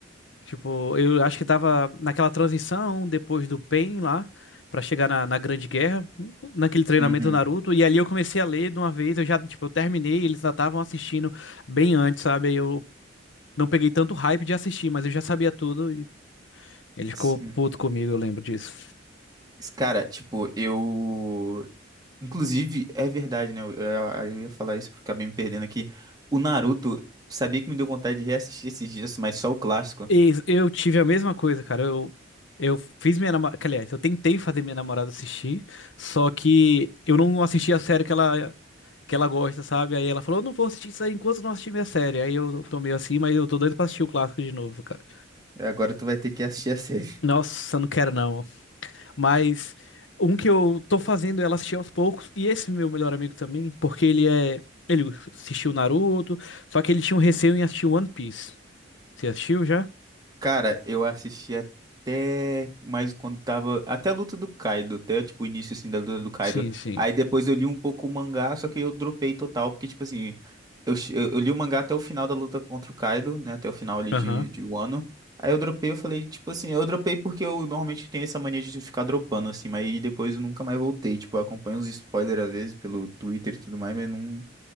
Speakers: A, on the left; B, on the right.
A: Tipo, eu acho que tava naquela transição depois do Pain lá, pra chegar na, na Grande Guerra, naquele treinamento
B: Uhum.
A: do Naruto, e ali eu comecei a ler de uma vez, eu já, tipo, eu terminei, eles já estavam assistindo bem antes, sabe? Aí eu não peguei tanto hype de assistir, mas eu já sabia tudo e ele ficou
B: Sim.
A: puto comigo, eu lembro disso.
B: Cara, tipo, eu. Inclusive, é verdade, né? Eu, eu- eu ia falar isso, acabei me perdendo aqui. O Naruto, sabia que me deu vontade de reassistir esses dias, mas só o clássico.
A: E Eu tive a mesma coisa, cara. Eu, eu fiz minha namorada. Aliás, eu tentei fazer minha namorada assistir, só que eu não assisti a série que ela, que ela gosta, sabe? Aí ela falou: Eu não vou assistir isso aí enquanto eu não assistir minha série. Aí eu tô meio assim, mas eu tô doido pra assistir o clássico de novo, cara.
B: Agora tu vai ter que assistir a <laughs> série.
A: Nossa, não quero não. Mas um que eu tô fazendo é ela assistir aos poucos, e esse meu melhor amigo também, porque ele é. Ele assistiu Naruto, só que ele tinha um receio em assistir One Piece. Você assistiu já?
B: Cara, eu assisti até mais quando tava. Até a luta do Kaido, até tipo o início assim da luta do Kaido.
A: Sim, sim.
B: Aí depois eu li um pouco o mangá, só que eu dropei total, porque tipo assim, eu, che- eu, eu li o mangá até o final da luta contra o Kaido, né? Até o final ali
A: Aham.
B: de, de Wano. Aí eu dropei, eu falei, tipo assim, eu dropei porque eu normalmente tenho essa mania de ficar dropando, assim, mas aí depois eu nunca mais voltei. Tipo, eu acompanho os spoilers às vezes pelo Twitter e tudo mais, mas não.